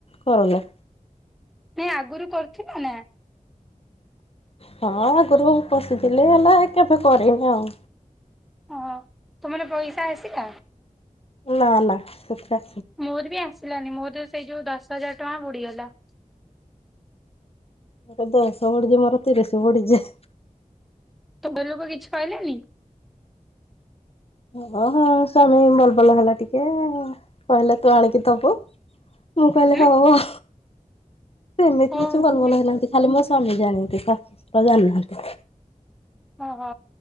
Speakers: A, on the left (about 45°); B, in the centre.
A: କରୁନା।
B: ନାଇ ଆଗରୁ କରୁଥିଲ ନା?
A: ହଁ ଆଗରୁ ପଶିଥିଲି ହେଲେ କେବେ କରିନି ଆଉ।
B: ଓ ତୁମର ପଇସା ଆସିଲା?
A: ନା ନା ସେଥି
B: ମୋର ବି ଆସିଲାନି ମୋର ତ ସେଇ ଯୋଉ ଦଶ ହଜାର ଟଙ୍କା ବୁଡ଼ିଗଲା।
A: ତୋର ଦଶ ବୁଡ଼ିଚି ମୋର ତିରିଶି ବୁଡିଚି।
B: <unintelligible> କିଛି କହିଲେନି?
A: ଓ ହୋ ସ୍ୱାମୀ ବଲ ବଲ ହେଲା ଟିକେ କହିଲେ ତୁ ଆଣିକି ଦବୁ। ମୁଁ କହିଲି
B: ହୁଁ
A: ହୋଉ ଆଉ। ସେମିତି
B: ହଉ
A: କିଛି ବଲ
B: ମୁଁ
A: ବଲ
B: ବି
A: ହେଇ ନାହାଁନ୍ତି, ଖାଲି ମୋ ସ୍ୱାମୀ ଜାଣନ୍ତି ଶାଶୁ ଶଶୁର ଜାଣିନାହାନ୍ତି।
B: ଓହୋ